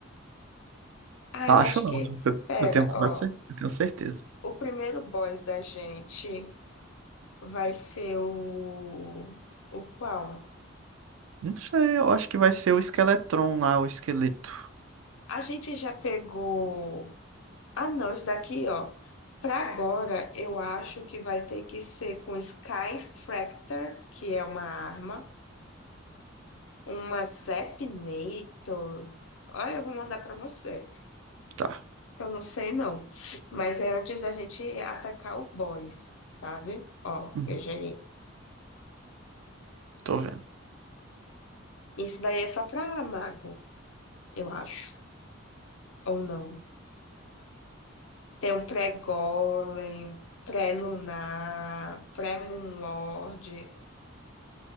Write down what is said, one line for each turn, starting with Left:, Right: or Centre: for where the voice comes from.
Left: Ah,
Right: Acho
Left: eu acho
Right: não.
Left: que.
Right: Eu,
Left: Pera,
Right: eu tenho quase
Left: ó.
Right: eu tenho certeza.
Left: O primeiro boss da gente vai ser o. O qual?
Right: Não sei, eu acho que vai ser o Esqueletron lá, o esqueleto.
Left: A gente já pegou. Ah, não, isso daqui, ó. Para agora, eu acho que vai ter que ser com Sky Fractor, que é uma arma. Uma Sepnator. Olha, eu vou mandar pra você.
Right: Tá,
Left: que Eu não sei, não. Mas é antes da gente atacar o boss, sabe? Ó,
Right: uhum,
Left: veja aí.
Right: tô vendo.
Left: Isso daí é só pra mago, eu acho. Ou não. Tem um pré-golem, pré-lunar, pré-moonlord.